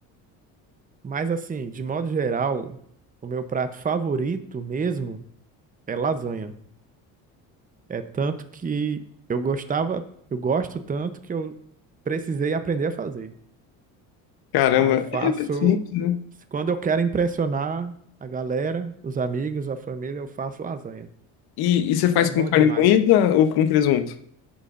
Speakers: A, on the right; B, on the left.
A: Mas assim, de modo geral, o meu prato favorito mesmo é lasanha. É tanto que eu gostava, eu gosto tanto que eu precisei aprender a fazer.
B: Caramba,
A: Aí eu faço.
B: é é simples, né?
A: Quando eu quero impressionar a galera, os amigos, a família, eu faço lasanha.
B: E, e você faz
A: É bom
B: com carne
A: demais.
B: moída ou com presunto?